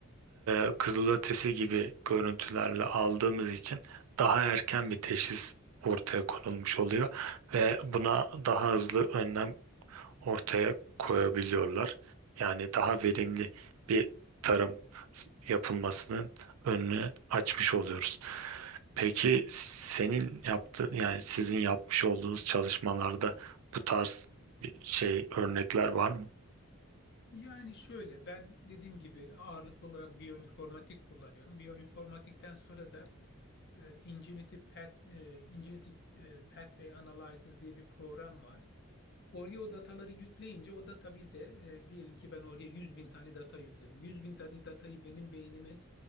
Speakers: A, on the right; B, on the left.
A: e, kızılötesi gibi görüntülerle aldığımız için daha erken bir teşhis ortaya konulmuş oluyor ve buna daha hızlı önlem ortaya koyabiliyorlar. Yani daha verimli bir tarım s- yapılmasının önünü açmış oluyoruz. Peki senin yaptığın yani sizin yapmış olduğunuz çalışmalarda bu tarz bir şey örnekler var mı?
B: Yani şöyle ben dediğim gibi ağırlıklı olarak biyoinformatik kullanıyorum. Biyoinformatikten sonra da e, Ingenuity Path, e, Ingenuity e, Pathway Analysis diye bir program var. Oraya o dataları yükleyince o data bize e, diyelim ki ben oraya 100 bin tane data yükledim. 100 bin tane datayı benim beynimin